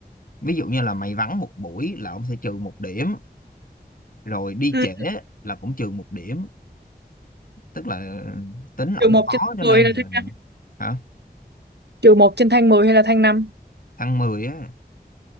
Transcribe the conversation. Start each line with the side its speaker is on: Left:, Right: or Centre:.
Left: ví dụ như là mày vắng một buổi là ông sẽ trừ một điểm rồi đi
Right: ừ,
Left: trễ là cũng trừ một điểm tức là tính ổng
Right: trừ một
Left: khó
Right: trên tháng
Left: cho
Right: 10
Left: nên là
Right: là thế nào?
Left: hả
Right: Trừ một trên thang 10 hay là thang năm
Left: thăng 10 á